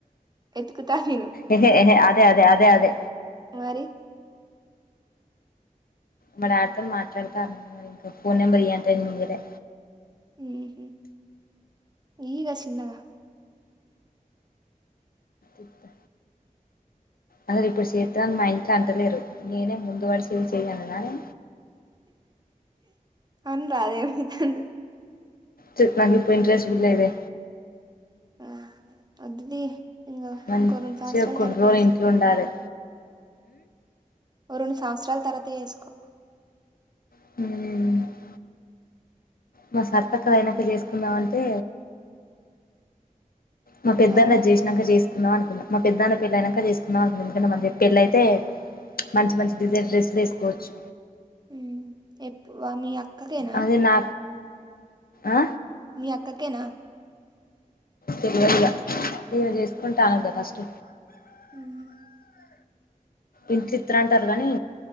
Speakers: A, on the right; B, on the left.
A: వెతుకుత నేను
B: అహే అహే అదే అదే అదే అదే
A: మరి
B: మా డాడీతోని మాట్లాడతా అన్నారు. ఫోన్ నెంబర్ ఇయమంటే నేను ఇయ్యలే
A: ఉహూ ఇయ్యిఇగ చిన్నగా
B: ఇంత అసలు ఇప్పుడు చేస్తా అని మా ఇంట్లో అంటాలెరు. నేనే ముందు వాడి చెయ్ చెయ్ అనాలనే
A: ఆ అనరాదు ఏమైతాంది.
B: చెప్పాలంటే ఇప్పుడు ఇంట్రెస్ట్ కూడా లేదే
A: ఆ వద్దులే ఈగ
B: మంచిగా
A: ఇంకో రెండు సంవత్సరాల
B: కొన్ని
A: తర్వాత
B: రోజులు
A: చేసుకో
B: ఇంట్లో ఉండాలే
A: ఓ రెండు సంవత్సాల తర్వాత చేసుకో
B: ఉహూ మా సరితక్కది అయినాక చేసుకుందమ అంటే మా పెద్ద
A: ఆమె
B: అన్నది చేసినక చేసుకుందాం అనుకున్న మా పెద్దన్న పెళ్ళ అయినాక చేసుకుందాం అనుకున్న ఎందుంటే మన <unintelligible> చె పెళ్ల అయితే మంచి మంచి డిజైన్ డ్రెస్సులు వేసుకోవచ్చు.
A: ఉమ్ ఎప్పు మీ అక్కకేనా
B: అది నా ఆ
A: మీ అక్కకేనా
B: తెల్వదిగా ఈమె చేసుకుంటా అన్నదా ఫస్ట్
A: ఉమ్
B: ఇంట్ల ఈత్ర అంటరు గానీ